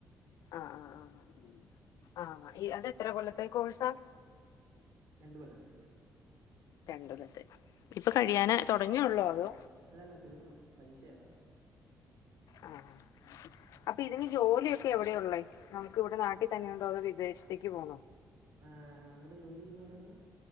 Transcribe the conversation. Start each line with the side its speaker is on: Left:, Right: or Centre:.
Left: ആഹ് ആഹ് ആഹ് ആഹ് അതെത്ര കൊല്ലത്ത കോഴ്സാ
Right: രണ്ടു കൊല്ലത്ത
Left: രണ്ടരത്തെ ഇപ്പൊ കഴിയാന തുടങ്ങിയള്ളോ അതോ
Right: അല്ലല്ല തീർന്നു പരീക്ഷ ആകാറായി
Left: ആഹ് അപ്പൊ ഇതിന് ജോലിയൊക്കെ എവിടെയള്ളേ നമുക്ക് ഇവിടെ നാട്ടിൽ തന്നെയുണ്ടോ അതോ വിദേശ- ത്തേക്ക് പോണോ
Right: ഏ നമ്മുടെ ജോലിന്ന് പറഞ്ഞൽ